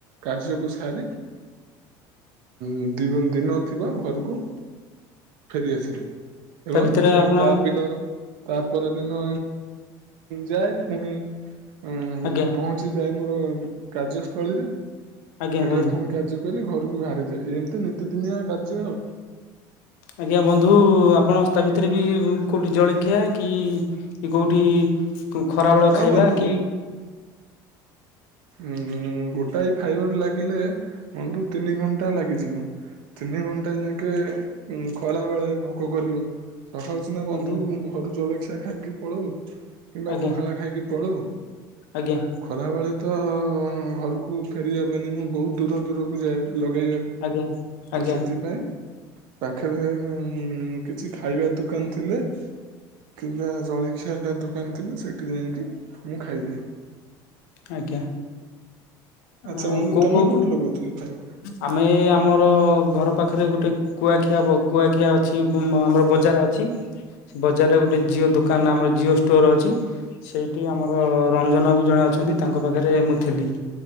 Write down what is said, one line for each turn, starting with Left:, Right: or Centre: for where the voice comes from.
Right: କାର୍ଯ୍ୟକୁ ସାରି ଉ ଦ ଦିନ ଥିବା ଘରକୁ ଫେରିଆସେ। ଏବଂ
Left: ତା ଭିତରେ
Right: ପୁଣି
Left: ଆପଣ
Right: ତାପିର ତା ପରଦିନ ଯାଏ ପୁଣି ଉ
Left: ଆଜ୍ଞା
Right: ପହଞ୍ଚି ଜି ଯାଇ ମୋର କାର୍ଯ୍ୟସ୍ଥଳୀରେ ସେଠାରେ
Left: ଆଜ୍ଞା ବନ୍ଧୁ
Right: ପୁଣି କଯ୍ୟ କରି ଘରକୁ ବାହାରିଯାଏ ଏମିତି ନିତିଦିନିଆ କାର୍ଯ୍ୟ ଆଉ।
Left: ଆଜ୍ଞା ବନ୍ଧୁ ଆପଣ ତା ଭିତରେ ବି କୋଉଠି ଜଳଖିଆ କି କି କୋଉଠି ଖରାବେଳ
Right: ହଁ
Left: ଖାଇବା
Right: ବନ୍ଧୁ
Left: କି
Right: ଉଁ ଗୋଟାଏ ଫାଇବର ଲାଗିଲେ ମୁ ତିନି ଘଣ୍ଟା ଲାଗିଯିବ। ତିନି ଘଣ୍ଟା ଯାଙ୍କେ ଖରା ବେଳେ ଭୋକ କରିବ। ସକାଳୁ ସିନା ବନ୍ଧୁ
Left: ଆଜ୍ଞା
Right: ଘରୁ ଜଳଖିଆ ଖାଇ ଦେଇ ପଳଉ କିମ୍ବା
Left: ଆଜ୍ଞା
Right: ପଖାଳ ଖାଇକି ପଳଉ
Left: ଆଜ୍ଞା
Right: ଖରା ବେଳେ ତ ଘରକୁ ଫେରିବା ପାଇଁ ମୁଁ ବୋହୁତ୍ ଦୂର ଦୂରକୁ ଯାଏ ଲଗେଇବାକୁ
Left: ଆଜ୍ଞା ଆଜ୍ଞା
Right: ତ ସେଥିପାଇଁ ପାଖରେ କିଛି ଖାଇବା ଦୋକାନ ଥିଲେ କିମ୍ବା ଜଳଖିଆ ଦୋକାନ ଥିଲା ସେଇଠି ଯାଇକି ମୁଁ ଖାଇଦିଏ।
Left: ଆଜ୍ଞା। ଅ
Right: ଆଚ୍ଛା ବନ୍ଧୁ
Left: କୋଉ
Right: ତମେ
Left: କୋଉ
Right: କୋଉଠି ଲଗଉଥିଲ ଫାଇବା?
Left: ଆମେ ଆମର ଘର ପାଖରେ ଗୋଟେ କୁଆଖିଆ କୁଆଖିଆ ଅଛି ଆମର ବଜାର ଅଛି। ସେ ବଜାରରେ ଗୋଟେ ଜିଓ ଦୋକାନ ଆମର ଜିଓ ଷ୍ଟୋର ଅଛି। ସେଇଠି ଆମର ରଞ୍ଜନ ବାବୁ ଜଣେ ଅଛନ୍ତି। ତାଙ୍କ ପାଖରେ ମୁଁ ଥିଲି।